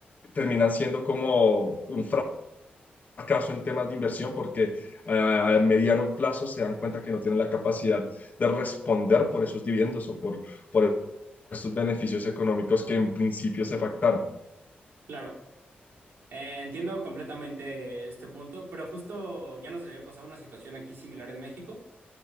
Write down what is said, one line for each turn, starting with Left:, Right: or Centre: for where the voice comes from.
Left: terminan siendo como un fracaso en temas de inversión porque a, a mediano plazo se dan cuenta que no tienen la capacidad de responder por esos dividendos o por, por estos beneficios económicos que en principio se pactaron.
Right: Claro, eh, entiendo completamente este punto, pero justo ya nos había pasado una situación aquí similar en México.